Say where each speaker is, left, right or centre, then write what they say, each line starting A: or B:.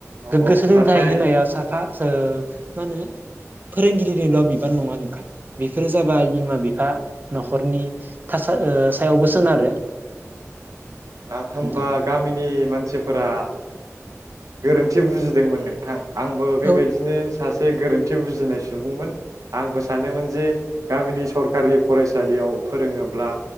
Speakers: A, on the right; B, on the right.
A: औ
B: गो सोलोंथाइ
A: नाथाय
B: होनाया साफा ओ मा होनो फोरोंगिरिनिल' बिबान नङा नोंथां बेफोरो जाबाय बिमा बिफा न'खरनि थासा ओ सायावबो सोनारो।
A: नाथ होमबा
B: नोंथां
A: गामिनि मानसिफोरा गोरोन्थि बुजिदोंमोन नोंथां। आंबो बेबायदिनो
B: औ
A: सासे गोरोन्थि बुजिनाय सुबुंमोन आंबो सानोमोन जे गामिनि सरखारि फरायसालियाव फोरोङोब्ला